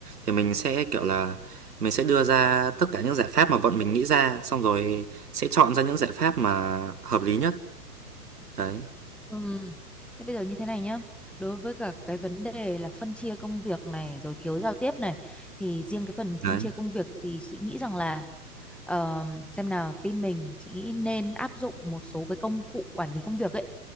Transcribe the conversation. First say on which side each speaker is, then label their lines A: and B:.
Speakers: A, on the right; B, in the centre.
A: Thì mình sẽ kiểu là mình sẽ đưa ra tất cả những giải pháp mà bọn mình nghĩ ra, xong rồi sẽ chọn ra những giải pháp mà hợp lý nhất. Đấy,
B: Ừm, Thế bây giờ như thế này nhá. Đối với cả cái vấn đề là phân chia công việc này rồi thiếu giao tiếp này thì riêng cái phần
A: đấy.
B: phân chia công việc thì chị nghĩ rằng là Ờ, xem nào team mình chị nghĩ nên áp dụng một số cái công cụ quản lý công việc ấy